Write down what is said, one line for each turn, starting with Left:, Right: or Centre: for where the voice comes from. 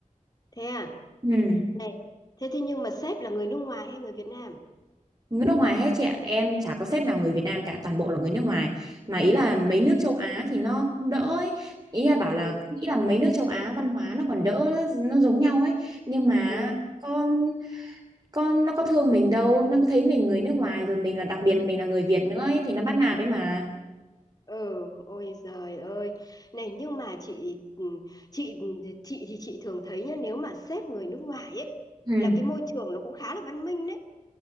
Left: thế à
Right: Ừ.
Left: này thế thế nhưng mà sếp là người nước ngoài hay người Việt Nam
Right: Người nước ngoài hết chị ạ, em chả có sếp nào người Việt Nam cả, toàn bộ là người nước ngoài. Mà ý là mấy nước châu Á thì nó
Left: ừ
Right: cũng đỡ ấy. Ý là bảo là
Left: ừ
Right: nghĩ là mấy nước châu Á văn hóa nó còn đỡ nó giống nhau ấy, nhưng mà
Left: ừ
Right: con con nó có thương mình đâu, nó cứ thấy mình người nước ngoài rồi mình là đặc biệt mình là người Việt nữa ấy thì nó bắt nạt đấy mà.
Left: Ừ, ôi giời ơi này nhưng mà chị ừ, chị chị thì chị thường thấy nhá nếu mà sếp người nước ngoài ấy
Right: Ừ.
Left: là cái môi trường nó cũng khá là văn minh đấy